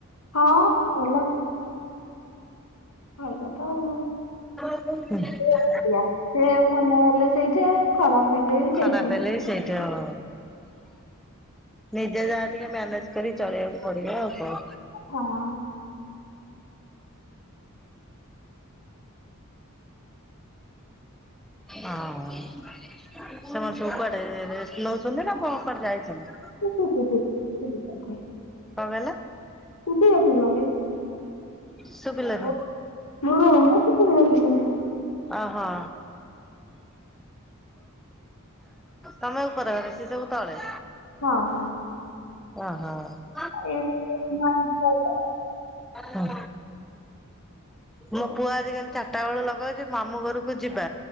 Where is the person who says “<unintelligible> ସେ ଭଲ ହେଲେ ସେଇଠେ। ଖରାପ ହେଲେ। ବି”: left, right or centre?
Left